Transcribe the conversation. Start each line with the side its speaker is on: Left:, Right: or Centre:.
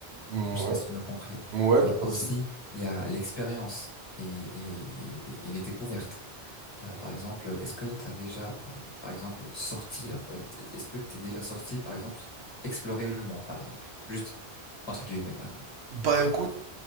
Right: ouais,
Left: je sais pas si tu m'as compris.
Right: ouais,
Left: Euh,
Right: tout
Left: aussi,
Right: à fait.
Left: il y a l'expérience et, et, et, et les découvertes. Euh, par exemple, est-ce que tu as déjà, par, par exemple, sortir, euh, t- est-ce que tu es déjà sorti, par exemple, explorer le monde, par exemple? Juste, entre guillemets, par exemple.
Right: Bah écoute,